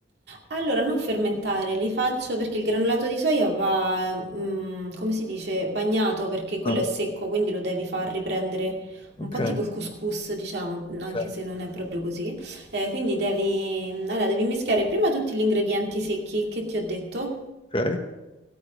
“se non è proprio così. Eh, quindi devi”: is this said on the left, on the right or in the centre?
Right